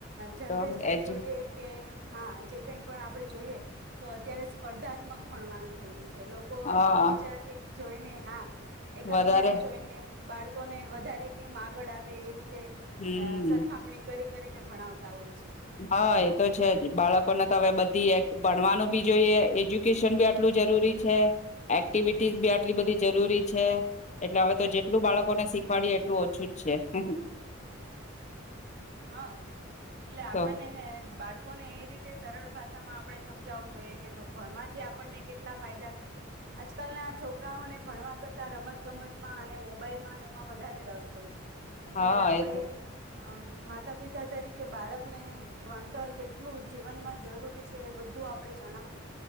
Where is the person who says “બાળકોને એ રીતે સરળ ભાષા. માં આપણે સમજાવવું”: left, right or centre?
Right